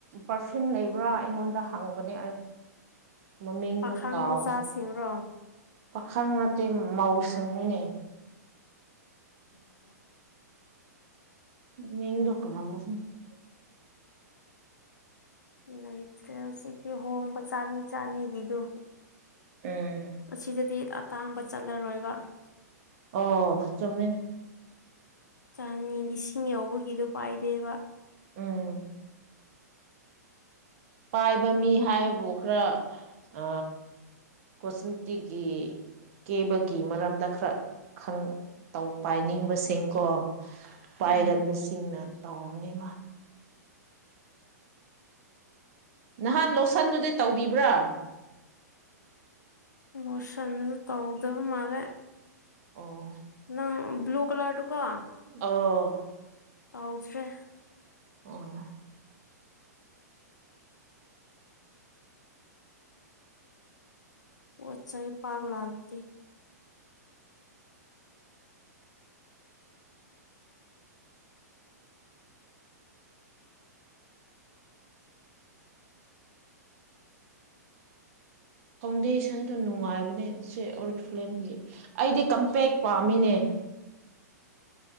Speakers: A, on the right; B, on the left.
A: ꯄꯔꯐꯤꯌꯨꯝ ꯂꯩꯕ꯭ꯔꯥ ꯑꯩꯉꯣꯟꯗ ꯍꯪꯕꯅꯦ ꯃꯃꯤꯡꯗꯣ
B: ꯄꯥꯈꯪ
A: ꯀꯥꯎ
B: ꯃꯆꯥꯁꯤꯡꯔꯣ
A: ꯄꯥꯈꯪ ꯅꯠꯇꯦ ꯃꯧꯁꯤꯡꯅꯤꯅꯦ
B: ꯎꯝꯝ
A: ꯃꯤꯡꯗꯣ ꯀꯥꯎ <inaudible>
B: <unintelligible> ꯂꯩꯇ꯭ꯔꯦ ꯍꯧꯖꯤꯛꯇꯤ ꯍꯣꯡꯕ ꯆꯥꯅꯤ ꯆꯥꯅꯤꯗꯤꯗꯨ
A: ꯎꯝ
B: ꯑꯁꯤꯗꯗꯤ ꯑꯇꯥꯡꯕ ꯆꯠꯂꯔꯣꯏꯕ
A: ꯑꯣ ꯆꯨꯨꯝꯃꯦ
B: ꯆꯥꯅꯤ ꯂꯤꯁꯤꯡ ꯌꯥꯎꯕꯒꯤꯗꯣ ꯄꯥꯏꯗꯦꯕ
A: ꯎꯝ ꯄꯥꯏꯕ ꯃꯤ ꯍꯥꯏꯕꯨ ꯈꯔ ꯑ ꯀꯣꯁꯃꯤꯇꯤꯒꯤ ꯀꯦꯕꯒꯤ ꯃꯔꯝꯗ ꯈꯔ ꯈꯪꯕ ꯄꯥꯏꯅꯤꯡꯕꯁꯤꯡꯀꯣ ꯄꯥꯏꯒꯟꯕꯁꯤꯡꯅ
B: ꯎꯝ
A: ꯇꯧꯅꯦꯕ ꯅꯍꯥꯟ ꯂꯣꯠꯁꯟꯗꯨꯗꯤ ꯇꯧꯕꯤꯕ꯭ꯔꯥ
B: ꯂꯣꯁꯟ ꯇꯧꯗꯕ ꯃꯥꯂꯦ
A: ꯑꯣ
B: ꯅꯪ ꯕ꯭ꯂꯨ ꯀꯂꯔꯗꯨꯀꯣ
A: ꯑꯣ
B: ꯇꯧꯗ꯭ꯔꯦ
A: ꯑꯣ
B: ꯄꯣꯠ ꯆꯩ ꯄꯥꯛ ꯂꯥꯛꯇꯦ
A: ꯐꯥꯎꯟꯗꯦꯁꯟꯗ ꯅꯨꯡꯉꯥꯏꯕꯅꯦ ꯁꯤ ꯑꯣꯔ ꯐꯤꯂꯝꯒꯤ ꯑꯩꯗꯤ ꯀꯝꯄꯦꯛ ꯄꯥꯝꯃꯤꯅꯦ
B: <inaudible>